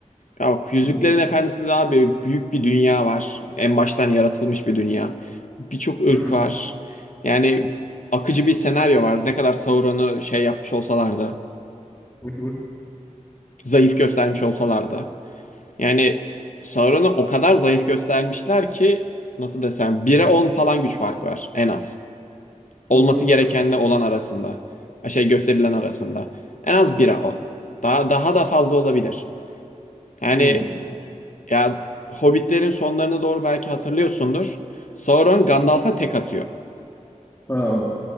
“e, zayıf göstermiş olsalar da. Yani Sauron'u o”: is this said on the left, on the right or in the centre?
Left